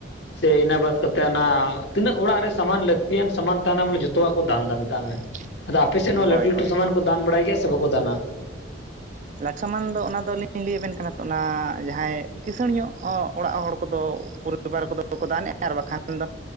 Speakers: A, on the left; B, on the right.
A: ᱥᱮ ᱤᱱᱟᱹ ᱵᱟᱫᱽ ᱠᱟᱛᱮ ᱚᱱᱟ ᱛᱤᱱᱟᱹᱜ ᱚᱲᱟᱜ ᱨᱮ ᱥᱟᱢᱟᱱ ᱞᱟᱹᱠᱛᱤᱭᱟᱱ ᱥᱟᱢᱟᱱ ᱛᱟᱦᱮᱸᱱᱟ ᱵᱚᱞᱮ ᱡᱚᱛᱚᱣᱟᱜ ᱠᱚ ᱫᱟᱱᱫᱟ ᱢᱮᱛᱟᱜ ᱢᱮ᱾
B: <unintelligible>
A: ᱟᱫᱚ ᱟᱯᱮ ᱥᱮᱱ ᱦᱚᱸ ᱞᱟᱹᱴᱩ
B: ᱦᱳᱭ
A: ᱞᱟᱹᱴᱩ
B: ᱦᱳᱭ
A: ᱥᱟᱢᱟᱱ ᱠᱚ ᱫᱟᱱ ᱵᱟᱲᱟᱭ ᱜᱮᱭᱟ ᱥᱮ ᱵᱟᱠᱚ ᱫᱟᱱᱟ?
B: ᱞᱟᱠᱷᱟᱢᱟᱱ ᱫᱚ ᱚᱱᱟ ᱫᱚᱞᱤᱧ ᱞᱟᱹᱭᱟᱵᱮᱱ ᱠᱟᱱᱟ ᱛᱚ ᱚᱱᱟ ᱡᱟᱦᱟᱸᱭ ᱠᱤᱸᱥᱟᱹᱬ ᱧᱚᱜ ᱚ ᱚᱲᱟᱜ ᱦᱚᱲ ᱠᱚᱫᱚ ᱯᱩᱨᱟᱹ ᱯᱩᱨᱤᱵᱟᱨ ᱠᱚᱫᱚ ᱠᱚ ᱫᱟᱱᱮᱜ-ᱟ ᱟᱨ ᱵᱟᱠᱷᱟᱱ ᱫᱚ